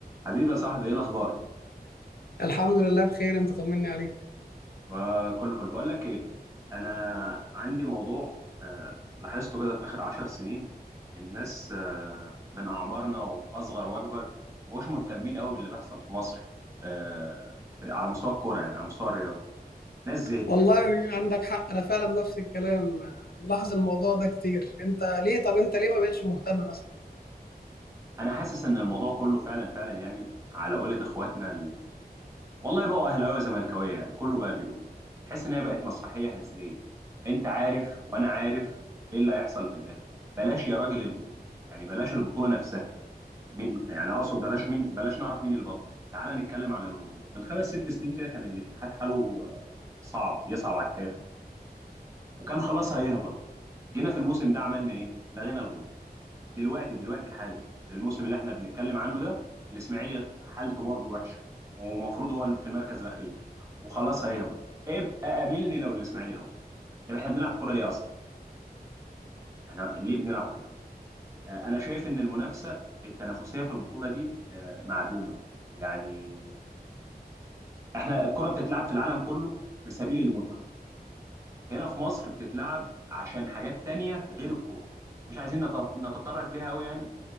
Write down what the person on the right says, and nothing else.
حبيبي يا صاحبي ايه الاخبار
آه، كله فل بقول لك ايه انا عندي موضوع آه، لاحظته كده في اخر عشر سنين الناس آه، من اعمارنا واصغر واكبر ما بقوش مهتمين قوي باللي بيحصل في مصر آه، في على مستوى الكوره يعني على مستوى الرياضه ناس زهقت
انا حاسس ان الموضوع كله فعلا فعلا يعني على قولة اخواتنا والله بقوا اهلاويه وزملكاويه يعني كله بقى بيقول تحس ان هي بقت مسرحيه هزليه انت عارف وانا عارف ايه اللي هيحصل في الاخر بلاش يا راجل البطوله يعني بلاش البطوله نفسها مين- يعني اقصد بلاش مين بلاش نعرف مين البطل تعال نتكلم عن الهبوط من خمس ست سنين كده كان الاتحاد حاله آه، صعب يصعب على الكافي وكان خلاص هيهبط جينا في الموسم ده عملنا ايه لغينا الهبوط دلوقتي دلوقتي حالا في الموسم اللي احنا بنتكلم عنه ده الاسماعيلي حالته برضه وحشه ومفروض هو في المركز الاخير وخلاص هيهبط ابقى قابلني لو الاسماعيلي هبط طب احنا بنلعب كوره ليه اصلا احنا ليه بنلعب كوره آه، انا شايف ان المنافسه التنافسيه في البطوله دي آه، معدومه يعني احنا الكوره بتتلعب في العالم كله في سبيل المتعه هنا في مصر بتتلعب عشان حاجات تانية غير الكوره مش عايزين نتف- نتطرق ليها قوي يعني